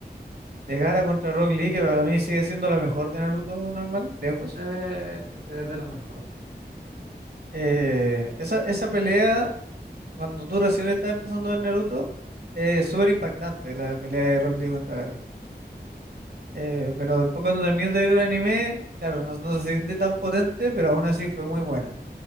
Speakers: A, on the right; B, on the right.
A: de Gaara contra Rock Lee, que para mí sigue siendo la mejor de Naruto normal, lejos.
B: Eh, es de lo mejor,
A: eh, esa, esa pelea, cuando tú recién estás empezando a ver Naruto, eh, es súper impactante la pelea de Rock Lee contra Gaara. Eh, pero después cuando terminas de ver el anime, claro, no, no se siente tan potente, pero aún así fue muy buena.